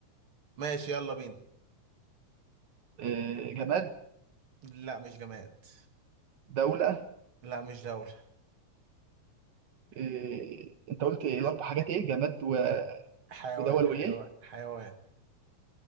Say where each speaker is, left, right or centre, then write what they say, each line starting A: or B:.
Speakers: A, on the right; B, on the right.
A: ماشي يلا بينا
B: آه، جماد
A: لا مش جماد
B: دولة
A: لا مش دولة
B: آه، انت قلت إيه الاربع حاجات ايه جماد و-
A: حيوان
B: ودول وايه
A: حيوان حيوان